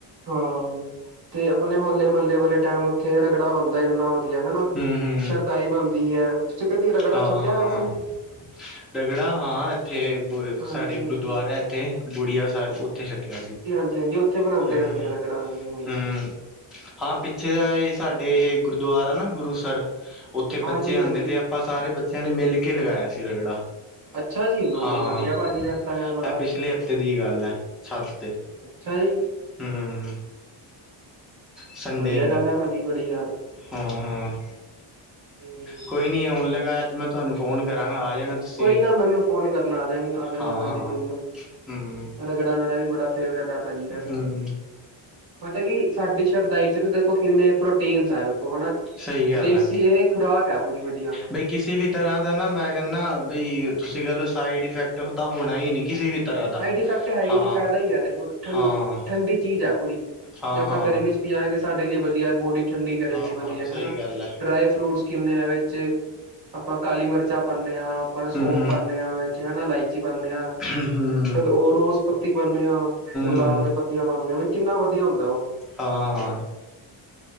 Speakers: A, on the right; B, in the centre.
A: ਹਾਂ, ਤੇ ਅਪਣੇ ਹੋਲੇ-ਮੱਲੇ ਵਾਲੇ ਟੈਮ ਔਥੇ ਰਗੜਾ ਬੰਨਦਾ ਕਿੰਨਾ ਵਧੀਆ ਹੈਨਾ।
B: ਹੁੰ, ਹੁੰ।
A: ਸ਼ਰਧਾਈ ਬਣਦੀ ਹੈ। ਕਦੀ ਰਗੜਾ
B: ਹਾਂ-ਹਾਂ।
A: ਛਕਿਆ ਵੈਸੇ
B: ਰਗੜਾ ਹਾਂ, ਏੱਥੇ
A: ਹਾਂਜੀ
B: ਸਾਡੇ
A: ਹਾਂਜੀ।
B: ਗੁਰਦੁਆਰਾ ਹੈ ਏੱਥੇ ਬੁੜੀਆ ਸੈਬ ਉੱਥੇ ਛਕਿਆ ਸੀ।
A: ਹਾਂਜੀ-ਹਾਂਜੀ, ਉੱਥੇ ਬਣਾਉਂਦੇ
B: ਹੂੰ
A: ਰਹਿੰਦੇ ਆ ਰਗੜਾ ਹਾਂਜੀ-ਹਾਂਜੀ।
B: ਹੂੰ ਹਾਂ, ਪਿੱਛੇ ਜਾਂ ਏ ਸਾਡੇ ਏਹ ਗੁਰਦੁਆਰਾ ਨਾ ਗੁਰੂਸਰ ਔਥੇ
A: ਹਾਂਜੀ,
B: ਬੱਚੇ ਆਂਦੇ
A: ਹਾਂਜੀ
B: ਤੇ ਆਪਾਂ ਸਾਰੇ ਬੱਚਿਆਂ ਨੇ, ਮਿਲ ਕੇ ਲਗਾਇਆ ਸੀ ਰਗੜਾ।
A: ਅੱਛਾ ਜੀ ਲੋ
B: ਹਾਂ,
A: ਜੀ ਵਧੀਆ ਭਾਜੀ ਫਿਰ ਤਾਂ ਯਾਰ ਬੜਾ
B: ਐ ਪਿਛਲੇ ਹਫ਼ਤੇ ਦੀ ਗੱਲ ਹੈ ਛੱਤ ਤੇ।
A: ਅੱਛਾ ਜੀ।
B: ਹੁੰ। ਸੰਡੇ
A: ਵਧੀਆ
B: ਨੂੰ
A: ਗੱਲ ਆ ਭਾਜੀ ਬੜੀ ਯਾਰ
B: ਹੁੰ-ਹੁੰ।
A: ਹੂੰ
B: ਕੋਈ ਨੀ ਹੁਣ ਲਗਾਯਾਂ ਤੇ ਮੈਂ ਤੁਹਾਨੂੰ ਫੋਨ ਕਰਾਂਗਾ ਆ ਜਾਣਾ। ਤੁਸੀਂ
A: ਕੋਈ
B: ਵੀ
A: ਨਾ ਮੇਨੂੰ ਫੋਨ ਕਰਨਾ ਆ ਜਾਗੀ ਆਜਂਗਾ
B: ਹਾਂ
A: ਮੈਂ
B: ਹਾਂ
A: ਵੀ ਕੋਈ ਨਾ
B: ਹੂੰ
A: ਰਗੜਾ ਮੇਰਾ ਵੀ ਬੜਾ ਫੇਵਰੇਟ ਆ ਭਾਜੀ ਵੈਸੇ।
B: ਹੂੰ
A: ਪਤਾ ਕਿ ਸਾਡੀ ਸ਼ਰਧਾਈ ਚ ਦੇਖੋ ਕਿੰਨੇ ਪ੍ਰੋਟੀਨਸ ਅ ਵੇਖੋ।
B: ਸਹੀ ਗੱਲ
A: ਦੇਸੀ
B: ਹੈ
A: ਇਹ ਖੁਰਾਕ ਹੈ ਪੂਰੀ ਵਧੀਆ।
B: ਬਈ ਕਿਸੇ ਵੀ ਤਰ੍ਹਾਂ ਦਾ ਨਾ ਮੈਂ ਕੈਨਾ ਬਈ ਤੁਸੀਂ ਕੈ ਲੋ ਸਾਈਡ ਇਫੈਕਟ ਤਾਂ ਹੋਣਾ ਹੀ ਨੀ ਕਿਸੇ ਵੀ। ਤਰ੍ਹਾਂ ਦਾ
A: ਸਾਈਡ ਇਫੈਕਟ ਹੈ
B: ਹਾਂ
A: ਨ ਫਾਇਦਾ ਹੀ ਯਾਦ ਹੈ ਠੰ
B: ਹਾਂ
A: ਠੰਡੀ ਚੀਜ਼ ਆ ਪੂਰੀ
B: ਹਾਂ
A: ਜੇ ਆਪਾਂ
B: ਹਾਂ
A: ਗਰਮੀ ਚ ਪੀ ਆਗੇ ਸਾਡੇ ਲਈ ਵਧੀਆ ਬੋਡੀ ਠੰਡੀ ਕਰੇਗੀ
B: ਹਾਂ ਹਾਂ
A: ਵਧੀਆ
B: ਸਹੀ
A: ਹਨਾ
B: ਗੱਲ ਹੈ
A: ਡਰਾਈ ਫਰੂਟਸ ਕਿੰਨੇ ਹ ਵਿੱਚ ਆਪਾਂ ਕਾਲੀ ਮਿਰਚਾਂ ਪਾਉਦੇ ਹਾਂ। ਆਪਾਂ
B: ਹੂੰ
A: ਸੋਫ ਪਾਉਂਦੇ ਹਾਂ ਵਿੱਚ ਹਨਾ ਇਲਾਇਚੀ ਪਾਉਂਦੇ ਹਾਂ।
B: ਹਮ।
A: ਚ ਉਹ ਰੋਜ਼ ਪੱਤੀ ਪਾਂਦੇੇ ਆ ਗੁਲਾਬ
B: ਹੂੰ
A: ਦੇ ਪੱਤੀਆਂ ਪਾਉਂਦੇ ਆ ਵੀ ਕਿੰਨਾ ਵਧੀਆ ਹੁੰਦਾ ਉਹ।
B: ਹਾਂ।